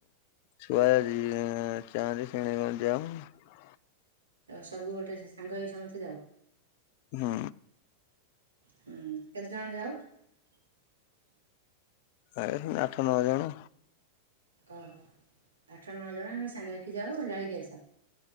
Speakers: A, on the left; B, on the right.
A: ଛୁଆ ଯାଆନ୍ତି ସେଇ ଆଡେ ଯାଉଁ।
B: ସବୁ ଗୋଟେ ସାଙ୍ଗ ହୋଇ ସମସ୍ତେ ଯାଅ?
A: ହୁଁ।
B: ହୁଁ କେତେ ଜଣ ଯାଅ? <inaudible>
A: ଆଠ ନଅ ଜଣ।
B: ଓହୋ ଆଠ ନଅ ଜଣ ସାଙ୍ଗ ହେଇକି ଯାଅ ଯାଇକି ଆସ।